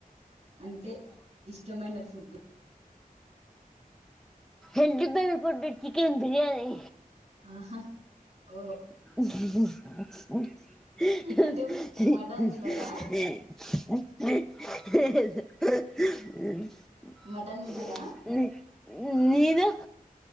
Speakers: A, on the right; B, in the centre.
A: అంటే ఇష్టమైన ఫుడ్
B: ఇష్టమైన ఫుడు చికెన్ బిర్యానీ
A: ఆహా ఓ
B: <unintelligible>
A: అంటే మటన్ తినరా
B: <unintelligible>
A: మటన్ తినరా
B: మీదో